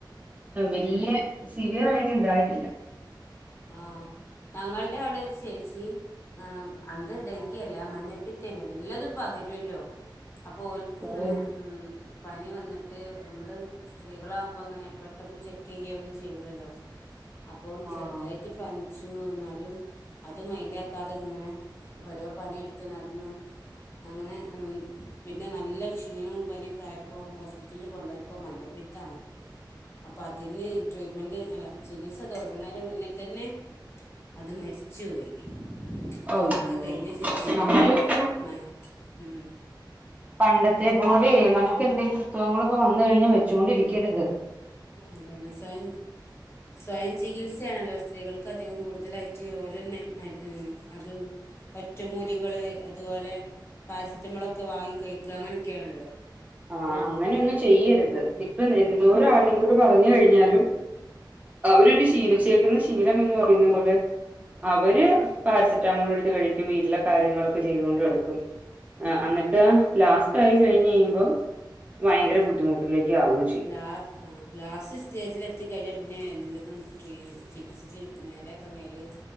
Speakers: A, on the right; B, on the left.
A: ആ വല്ലിയ സിവിയർ ആയിട്ടുണ്ടായിട്ടില്ല.
B: ആഹ ഞങ്ങളുടെ അവിടെ ഒരു ചേച്ചി. ആ അന്ത് ഡെങ്കി അല്ല മഞ്ഞപ്പിത്തേനെ എല്ലതും പകരുല്ലോ അപ്പൊ ഓൽക്. ക്ക്ങ്ങനെ
A: ഓഹ്
B: പനി വന്നിട്ട് മ്മള്. സ്ത്രീകളാകുമ്പോൾ അങ്ങനെ പെട്ടെന്ന് ചെക്ക് ചെയ്യ ഒന്നും ചെയ്യു ല്ലല്ലോ അപ്പോൾ ചെറ.
A: ആഹ്
B: ഇക് പനിച്ചു എന്നാലും അത് മൈന്റെ ക്കാതെ ഇങ്ങനെ. ഓരോ പണി എടുത്തു നടന്നു അങ്ങനെ പിന്നെ നല്ല ക്ഷീണവും പനിയൊക്കെ ആയപ്പോൾ ഹോസ്പിറ്റലിൽ കൊണ്ടുപോയപ്പോൾ മഞ്ഞ. പ്പിത്താണ് അപ്പ അതിന്. ട്രീറ്റ്മെൻറ് അല്ല ചികിത്സ തുടങ്ങണതിന് മുന്നേ തന്നെ അത് മരിച്ചോയി. അപ്പോ
A: അയ്യോ
B: അത് കഴിഞ്ഞ ശേഷാണ്
A: നമ്മളിപ്പം
B: മ മ്
A: പണ്ടത്തെ പോലെ നമുക്ക് എന്തെങ്കിലും അസുഖങ്ങൾ വന്നു കഴിഞ്ഞാൽ വെച്ചൊണ്ടിരിക്കരുത്.
B: അതാണ് സ്വയം സ്വയം ചികിത്സയാണല്ലോ സ്ത്രീകൾക്ക്. ക്കതികും കൂടുതലായിട്ട് ഓലന്നെ മര് അത് ഒറ്റമൂലി കൾ അതുപോലെ പാരസെറ്റമോൾ ഒക്കെ വാങ്ങി കഴിക്ക അങ്ങനെയൊക്കെയാണല്ലോ
A: ആ
B: അപ്പോൾ
A: അങ്ങനെയൊന്നും
B: നമ്മൾ
A: ചെയ്യരുത് ഇപ്പൊ എന്തോര ആളുകളോട് പറഞ്ഞു കഴിഞ്ഞാലും. അവരൊരു ശീലിച്ചേക്കുന്ന ശീലം എന്ന് പറയുന്നു പോല. അവര് പാരസെറ്റാമോൾ എടുത്ത് കഴിക്കും വീട്ടിലെ കാര്യങ്ങളൊക്കെ ചെയ്ത കൊണ്ട് നടക്കും. ആ ആന്നിട്ട് ലാസ്റ്റ് ആയി കഴിഞ്ഞ് കഴിയുമ്പോൾ ഭയങ്കര ബുദ്ധിമുട്ടിലേക്ക് ആകുകയും ചെയ്യും
B: ലാ ആ ലാസ്റ്റ് സ്റ്റേജിൽ എത്തിക്കഴിഞ്ഞാൽ പിന്നെ എല്ലതും ട്രീ ചികിത്സിച്ച് നേരെ. ക്കാൻ കയല്